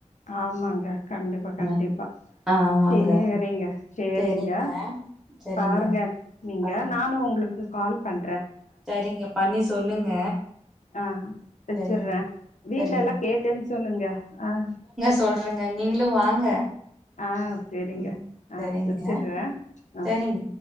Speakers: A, on the left; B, in the centre.
A: ஆமாங்க கண்டிப்பா கண்டிப்பா
B: ஆ ஆமாங்க
A: சேரிங்க சேரிங்க
B: செரிங்க செரிங்க
A: பாருங்க நீங்க
B: பாருங்க
A: நானு உங்களுக்கு கால் பண்ற
B: சரிங்க பண்ணி சொல்லுங்க
A: ஆ வெச்சுறே
B: சரிங்க
A: வீட்ல
B: சரிங்க
A: எல்லா கேட்டேன்னு சொல்லுங்க ஆ
B: சொல்றங்க நீங்களு வாங்க
A: ஆ சேரிங்க,
B: ம்
A: ஆ
B: சரிங்க
A: வச்சிட்றே ஆ
B: சரிங்க